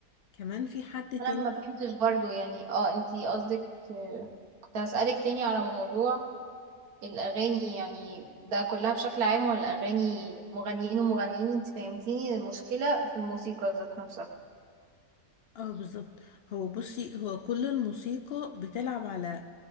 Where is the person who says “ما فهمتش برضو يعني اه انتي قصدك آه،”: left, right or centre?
Right